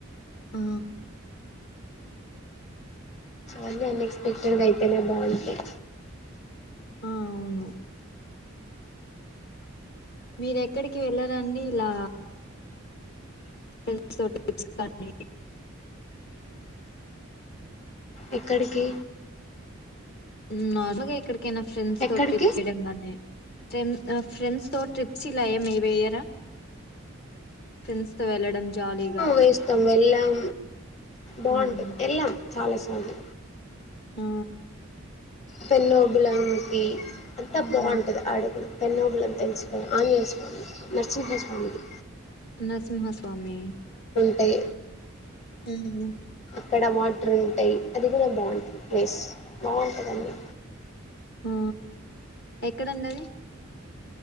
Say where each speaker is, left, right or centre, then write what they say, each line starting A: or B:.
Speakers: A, on the left (about 55°); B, on the left (about 35°).
A: ఆ
B: అన్నీ అన్ఎక్స్పెక్టెడ్ గా అయితేనే బాగుంటాయి
A: ఆ అవును మీరు ఎక్కడికి వెళ్ళర అండి ఇలా ఫ్రెండ్స్ తోటి చప్స్
B: ఇక్కడికి
A: ఉమ్ నార్మల్ గా ఎక్కడికి కైనా ఫ్రెండ్స్
B: ఎక్కడికి
A: తో ట్రిప్ చేయడం నే ఫ్రెండ్ ఫ్రెండ్స్ తో ట్రిప్స్ ఇలా వెయ్యరా ఫ్రెండ్స్ తో వెళ్ళడం జాలీగా
B: వేస్తాం వెళ్ళాం బాగుంటుంది
A: మ్మ్
B: వెళ్ళాం చాలా సార్లు
A: ఆ
B: పెన్నోబులానికి అంతా బాగుంటది
A: ఆ
B: ఆడుగున పెన్నోబిలం తెలుసు కదా ఆంజనేయ స్వామి స్వామి నరసింహస్వామి ది
A: నరసింహ స్వా సామి
B: టాయి
A: హ్మ్ హు
B: అక్కడ వాటర్ ఉంటాయి అది కూడా బాగుంటుంది ప్లేస్ బాగుంటుందన్నీ
A: ఆ ఎక్కడండది